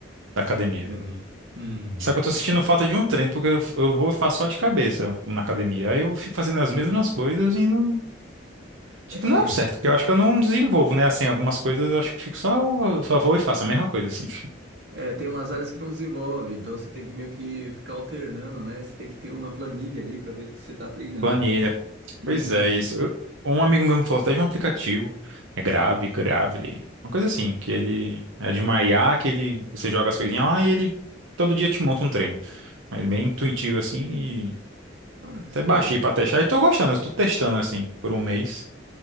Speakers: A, on the right; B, on the right.
A: da academia.
B: academia. Uhum.
A: Só que eu tô sentindo falta de um treino, porque eu, eu vou e faço só de cabeça na academia. Aí eu fico fazendo as mesmas coisas e não... Tipo,
B: É,
A: não é o certo, porque eu acho que eu não desenvolvo, né? Assim, algumas coisas eu acho que eu fico só... Só vou e faço a mesma coisa, assim. <laughs>
B: é, tem umas áreas que não desenvolve, então você tem que meio que ficar alternando, né? Você tem que ter uma planilha ali pra ver se você tá treinando.
A: Planilha,
B: Uhum.
A: Pois é, isso. Eu- um amigo meu me falou até de um aplicativo, é Grave, Gravely, uma coisa assim, que ele é de uma IA que ele, você joga as coisinhas lá e ele todo dia te monta um treino. Mas bem intuitivo assim e
B: Ah, sério?
A: até baixei pra testar e tô gostando, eu tô testando assim por um mês.